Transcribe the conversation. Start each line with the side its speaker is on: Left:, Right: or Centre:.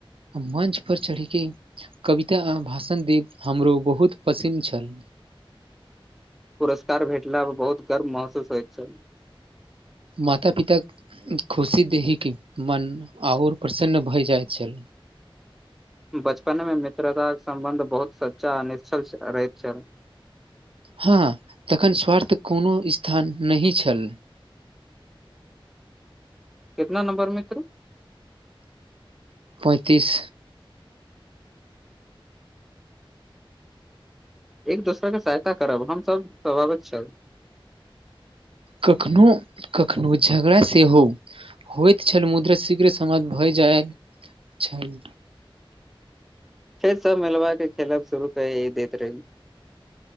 Right: मंच पर चढ़िके कविता आ भाषण देब हमरो बहुत पसिन्न छल
Centre: पुरस्कार भेटला पर बहुत गर्व महसूस होइ छै।
Right: माता-पिता खुशी देखिकऽ मन आओर प्रसन्न भए जाइ छै
Centre: बचपनेमे मित्रतााके सम्बन्ध बहुत सच्चा आ निश्छल रहैत छल
Right: हँ तखन स्वार्थ कोनो स्थान नहि छल।
Centre: कितना नंबर मित्र?
Right: पैंतीस
Centre: एक दोसराके सहायता करब हम सभ स्वभाविक छल
Right: कखनो-कखनो झगड़ा सेहो होइत छल मुद्रा शीघ्रे समाधान भए जाइत छल।
Centre: फेर सब मिलबाके खेलब शुरू कइए देैत रही